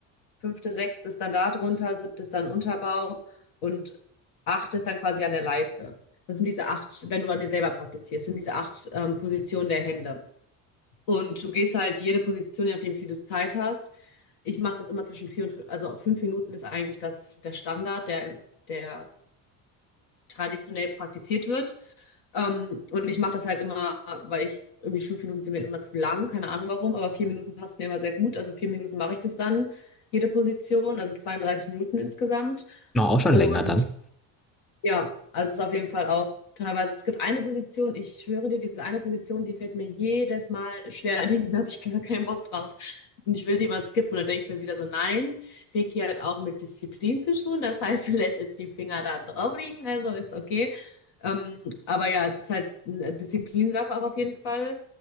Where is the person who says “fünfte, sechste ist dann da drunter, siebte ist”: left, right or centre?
Left